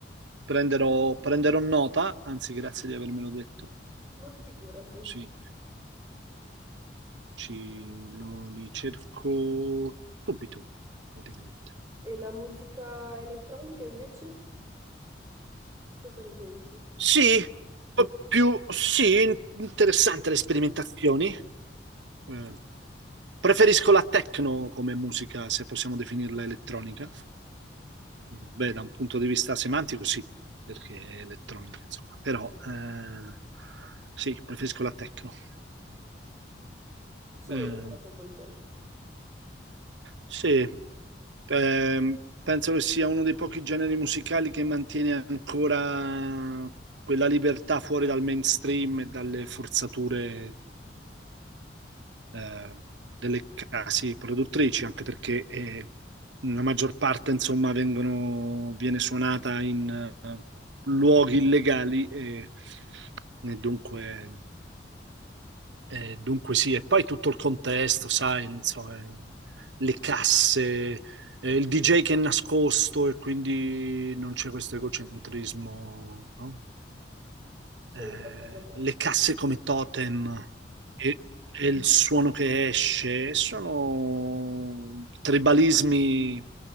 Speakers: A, on the right; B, on the right.
A: Prenderò, prenderò nota, anzi, grazie di avermelo detto.
B: Ma figurati.
A: Così. Ci- lo, li cerco subito, praticamente.
B: E la musica elettronica invece? Cosa ne pensi?
A: Sì, un po' più sì, in- interessante le sperimentazioni. Eh, Preferisco la techno come musica, se possiamo definirla elettronica. Beh, da un punto di vista semantico sì, perché è elettronica, insomma. Però eh, sì, preferisco la techno.
B: Sono
A: Eh,
B: d'accordo con te.
A: Sì, ehm, penso che sia uno dei pochi generi musicali che mantiene ancora quella libertà fuori dal mainstream e dalle forzature, eh, delle case produttrici, anche perché eh, la maggior parte, insomma, vengono, viene suonata in eh, luoghi illegali e, e dunque. Eh, dunque sì, e poi tutto il contesto, sai, non so, eh, le casse, eh, il DJ che è nascosto e quindi non c'è questo egocentrismo, no?
B: Sono
A: Eh,
B: d'accordo con
A: le
B: te.
A: casse come totem e, e il suono che esce, sono tribalismi,